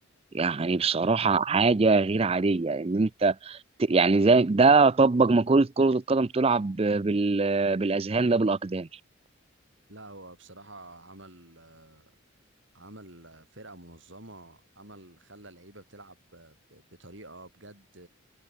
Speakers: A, on the right; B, on the right.
A: يعني بصراحة حاجة غير عادية إن أنت ت- يعني زي ده طبق مقولة كرة القدم تلعب ب- بال... بالأذهان لا بالأقدام
B: لا هو بصراحه عمل آه، عمل آه، فرقه منظمه عمل خلى اللعيبه بتلعب ب- ب- بطريقه بجد